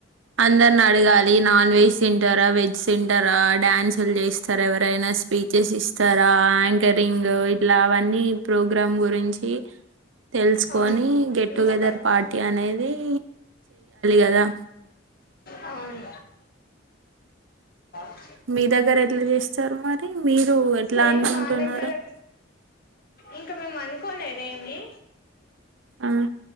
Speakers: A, on the right; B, on the left.
A: అందరిని అడగాలి, నాన్ వెజ్ తింటారా, వెజ్ తింటారా, డ్యాన్సులు చేస్తారా ఎవరైనా స్పీచెస్ ఇస్తారా, యాంకరింగ్ ఇట్లా అవన్నీ ప్రోగ్రామ్ గురించి తెలుసుకొని
B: అవును
A: గెట్
B: ఇంకొక
A: టు గెదర్
B: నిమిషం
A: పార్ట్ అనేది కదా
B: అవును <inaudible>
A: మీ దగ్గర ఎట్లా చేస్తారు మరి మీరు ఎట్లా
B: సేమ్
A: అనుకుంటున్నారు
B: మా దగ్గర ఇంకా మేము అనుకోలేద్ ఏమి
A: ఆ